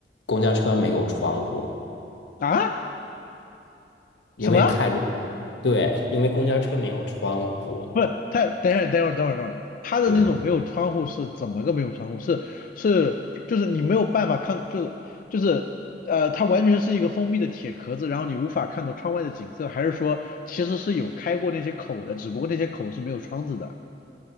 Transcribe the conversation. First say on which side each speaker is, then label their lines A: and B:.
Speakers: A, on the left; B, on the left.
A: 公交车没有窗户，
B: 啊？
A: 因为太热。
B: 什么？
A: 对，因为公交车没有窗户。
B: 不是，它等一下，等会儿，等会儿，等会儿，它的那种没有窗户是怎么个没有窗户？
A: 对，
B: 是是，就是你没有办法看，就是就是呃，它完全是一个封闭的铁壳子，然后你无法看到窗外的景色，还是说其实是有开过那些口的，只不过那些口是没有窗子的